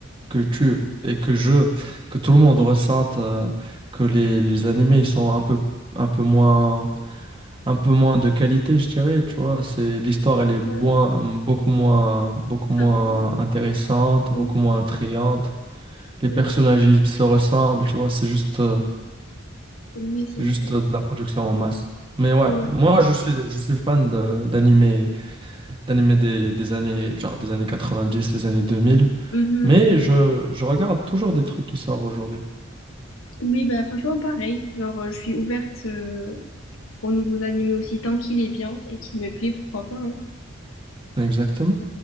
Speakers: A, on the right; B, on the left.
A: que tu et que je, que tout le monde
B: Mais
A: ressente euh, que les, les animés ils sont un peu, un peu moins, un peu moins de qualité, je dirais. Tu vois, c'est l'histoire, elle est moins,
B: ouais,
A: beaucoup moins, beaucoup moins
B: travailler.
A: intéressante,
B: euh,
A: beaucoup moins attrayante. Les
B: Oui,
A: personnages, ils se ressemblent. Tu vois, c'est juste, euh,
B: oui, c'est
A: c'est juste
B: vrai.
A: de la production en masse. Mais ouais,
B: Ouais.
A: moi, je suis, je suis fan de- d'animés d'animés des, des années, genre des années 90, les années 2000.
B: Mhm.
A: Mais je, je regarde toujours des trucs qui sortent aujourd'hui.
B: Oui, bah franchement, pareil. Genre, euh, je suis ouverte euh, aux nouveaux animés aussi, tant qu'il est bien et qu'il me plaît, pourquoi pas. hein.
A: Exactement.